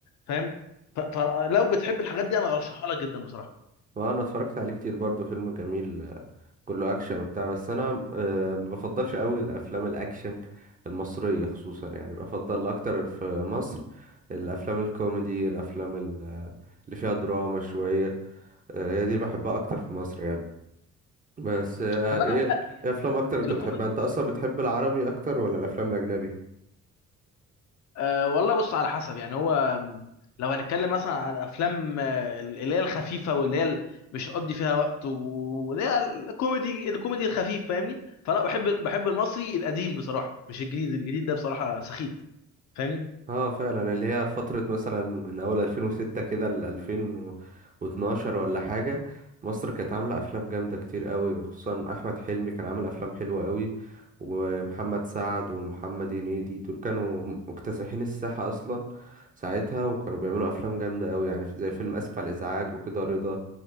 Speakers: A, on the left; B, on the right.
A: فاهم ف- فلو بتحب الحاجات دي انا ارشحها لك جدا بصراحه
B: وانا اتفرجت عليه كتير برضه فيلم جميل آه، كله اكشن وبتاع بس انا آه، ما بفضلش قوي الافلام الاكشن المصريه خصوصا يعني بفضل اكتر في مصر الافلام الكوميدي الافلام ال- آه، اللي فيها دراما شويه آه، هي دي اللي بحبها اكتر في مصر يعني بس آه،
A: طب
B: ايه
A: انا اقول لك هي
B: ايه افلام اكتر انت
A: الكوميدي
B: بتحبها انت اصلا بتحب العربي اكتر ولا الافلام الاجنبي
A: أه والله بص على حسب يعني هو م، لو هنتكلم مثلا على افلام آه، اللي هي الخفيفه واللي هي ال- مش هتقضي فيها وقت و- واللي هي الكوميدي الكوميدي الخفيف فاهمني فلا بحب بحب المصري القديم بصراحه مش الجديد الجديد ده بصراحه سخيف فاهمني
B: اه فعلا اللي هي فترة مثلا من أول 2006 كده ل 2012 ولا حاجة مصر كانت عاملة أفلام جامدة كتير قوي خصوصا أحمد حلمي كان عامل أفلام حلوة قوي ومحمد سعد ومحمد هنيدي دول كانوا مكتسحين الساحة أصلا ساعتها وكانوا بيعملوا أفلام جامدة قوي يعني زي فيلم آسف على الإزعاج وكده رضا